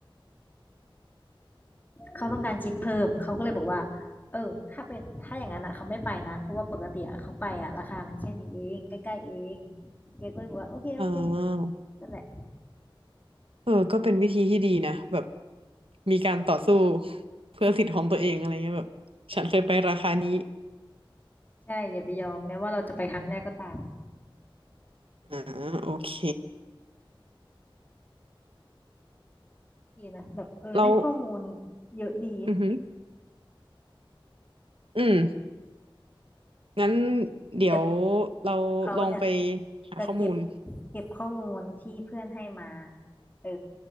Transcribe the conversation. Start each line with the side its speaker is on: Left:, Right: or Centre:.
Left: เขาต้องการคิดเพิ่มเขาก็เลยบอกว่าเออถ้าเป็นถ้าอย่างนั้นอ่ะเขาไม่ไปนะเพราะว่าปกติเขาไปอ่ะราคามันแค่นี้เองใกล้ๆเองแกก็เลยบอกว่าโอเคโอเค
Right: อ่า
Left: นั่นแหละ
Right: เออ ก็เป็นวิธีที่ดีนะแบบมีการต่อสู้ <laughs> เพื่อสิทธิ์ของตัวเองอะไรเงี้ยแบบฉันเคยไปราคานี้
Left: ใช่อย่าไปยอมแม้ว่าเราจะไปครั้งแรกก็ตาม
Right: อ่าโอเค
Left: ดีนะแบบเออได้ข้อมูล
Right: เรา
Left: เยอะดี
Right: อือหืออืมงั้นเดี๋ยว
Left: เดี๋ยว
Right: เราลองไป
Left: เขาเนี่ย
Right: หาข้อมูล
Left: จะเก็บเก็บข้อมูลที่เพื่อนให้มาเออ